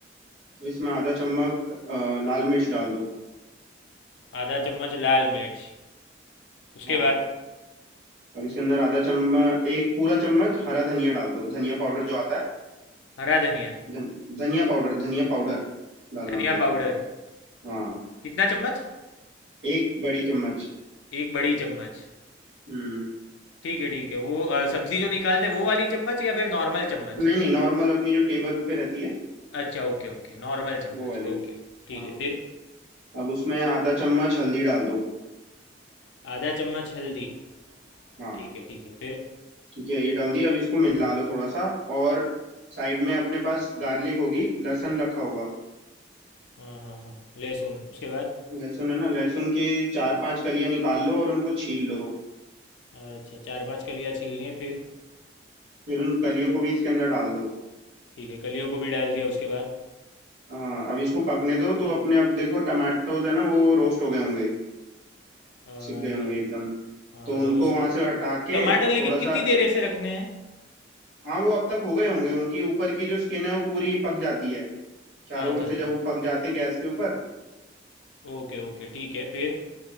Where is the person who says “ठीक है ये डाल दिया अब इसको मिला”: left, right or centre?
Right